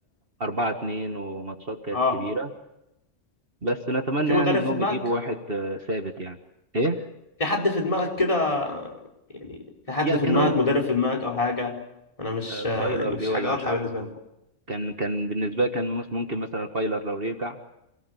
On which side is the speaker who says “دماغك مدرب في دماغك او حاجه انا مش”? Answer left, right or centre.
Left